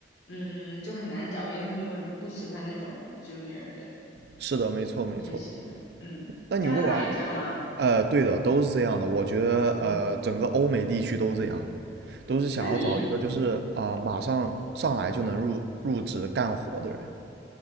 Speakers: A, on the left (about 75°); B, on the right (about 65°).
A: 嗯，就很难找，因为他们不喜欢那种 junior 的
B: 是的，没错没错。
A: 学习员嗯，
B: 那你未来，
A: 加拿大也这样吗？
B: 呃，对的，都是这样的。我觉得，
A: 嗯。
B: 呃，整个欧美地区都这样都是想要找一个就是啊、
A: 那你
B: 呃马上上来就能入入职干活的人。